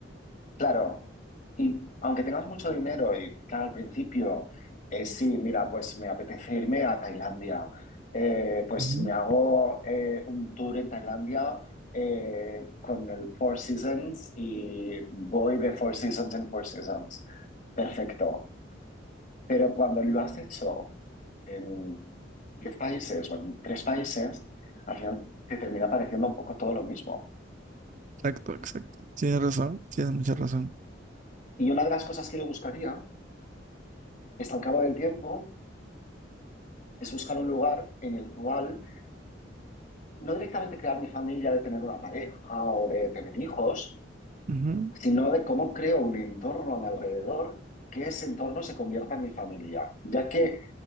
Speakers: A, on the left (about 45°); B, on the right (about 40°).
A: Claro, y aunque tengas mucho dinero y claro, al principio, eh, sí, mira, pues me apetece irme a Tailandia, eh, pues
B: Ujú.
A: me hago eh, un tour en Tailandia eh, con el Four Seasons y voy de Four Seasons en Four Seasons. Perfecto. Pero cuando lo has hecho en 10 países o en tres países, al final te termina pareciendo un poco todo lo mismo.
B: Exacto, exacto. Tienes razón, tienes mucha razón.
A: Y una de las cosas que yo buscaría es al cabo del tiempo es buscar un lugar en el cual no directamente crear mi familia de tener una pareja o de tener hijos,
B: Ujú,
A: sino de cómo creo un entorno a mi alrededor que ese entorno se convierta en mi familia, ya que